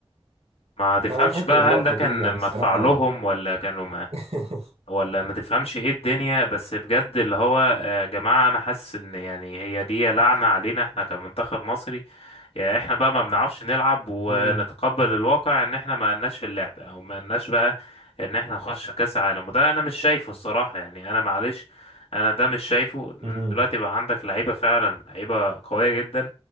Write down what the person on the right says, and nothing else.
فانا فاكر
اللقطه
دي يعني
الصراحه
<laughs>
مم.
مم.